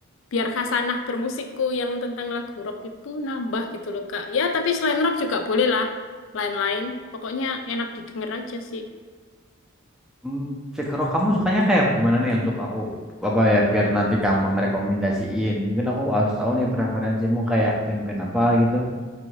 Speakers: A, on the left; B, in the centre.
A: biar khasanah bermusikku yang tentang lagu rock itu nambah gitu loh Kak. Ya tapi selain rock juga boleh lah, lain-lain. Pokoknya enak didengar aja sih.
B: hmm, Fikro, kamu sukanya kayak gimana nih untuk aku apa ya biar nanti kamu ngerekomendasiin. Mungkin aku harus tahu nih preferensimu kayak band-band apa gitu.